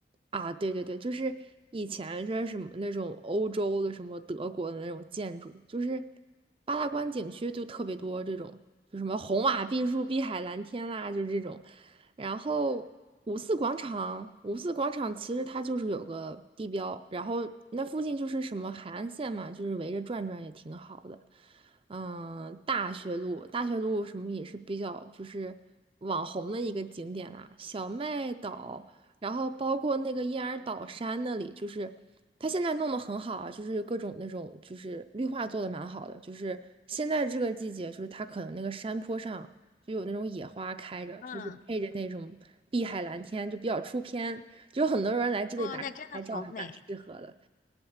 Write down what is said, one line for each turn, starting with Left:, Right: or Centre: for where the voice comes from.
Right: 啊，对对对，就是以前是什么那种欧洲的什么德国的那种建筑，就是八大关景区就特别多这种，就什么红瓦碧树、碧海蓝天啦，就这种。然后五四广场，五四广场其实它就是有个地标，然后那附近就是什么海岸线嘛，就是围着转转也挺好的。嗯，大学路，大学路什么也是比较就是网红的一个景点啦，小麦岛。然后包括那个燕儿岛山那里，就是它现在弄得很好啊，就是各种那种就是绿化做的蛮好的，就是现在这个季节，就是它可能那个山坡上就有那种野花开着，
Left: 嗯，
Right: 就是配着那种碧海蓝天，就比较出片，就有很多人来这里打卡拍照，
Left: 哇，那真的好美。
Right: 还蛮适合的。